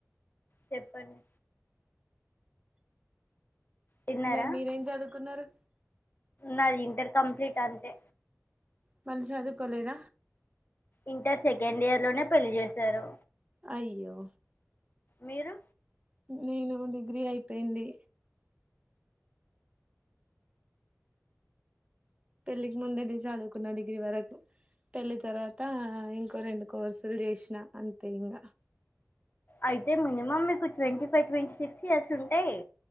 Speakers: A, on the left; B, on the right.
A: చెప్పండి తిన్నారా
B: మరి మీరేం చదువుకున్నారు
A: నది ఇంటర్ కంప్లీట్ అంతే
B: <unintelligible> చదువుకోలేద
A: ఇంటర్ సెకండ్ ఇయర్ లోనే పెళ్లి చేసారు
B: అయ్యే
A: మీరు
B: నేను డిగ్రీ అయిపోయింది పెళ్లికి ముందనేే చదువుకున్న డిగ్రీ వరకు పెళ్ళి తర్వాత ఇంకో రెండు కోర్సులు చేసిన అంతే ఇంగ
A: అయితే మినిమమ్ మీకు twenty five twenty six years ఉంటాయ్